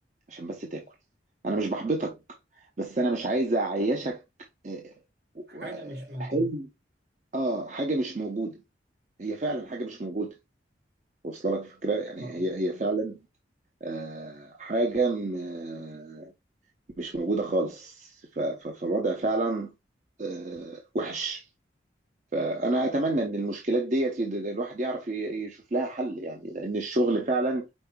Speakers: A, on the right; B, on the right.
A: عشان بس تاكل انا مش بحبطك بس انا مش عايز اعيشك آه، و-
B: حاجة مش موجودة
A: حلم اه حاجه مش موجوده هي فعلا حاجه مش موجوده واصله لك فكره يعني
B: اه
A: هي هي فعلا آه حاجه م- آه، مش موجوده خالص ف- ف- فالوضع فعلا آه وحش فانا اتمنى ان المشكلات ديت يد- الواحد يعرف ي- يشوف لها حل يعني لان الشغل فعلا